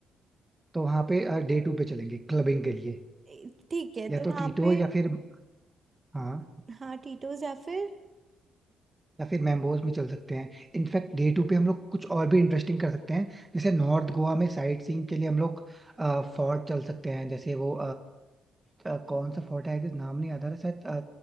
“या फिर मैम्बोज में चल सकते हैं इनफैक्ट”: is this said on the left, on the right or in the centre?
Right